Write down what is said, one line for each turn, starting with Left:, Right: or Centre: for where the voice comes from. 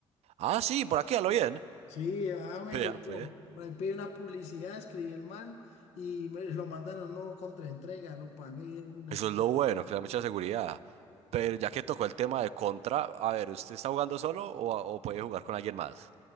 Right: Ah, sí, por aquí a lo bien.
Left: Sí, ah,
Right: <laughs>
Left: me
Right: Vea,
Left: llegó.
Right: pues.
Left: Por ahí pedí una publicidad, escribí el man y me lo mandan a uno contra entrega, lo pagué y de una.
Right: Eso es lo bueno, que le da mucha seguridad. Pero ya que tocó el tema de contra, a ver, ¿usted está jugando solo o, o puede jugar con alguien más?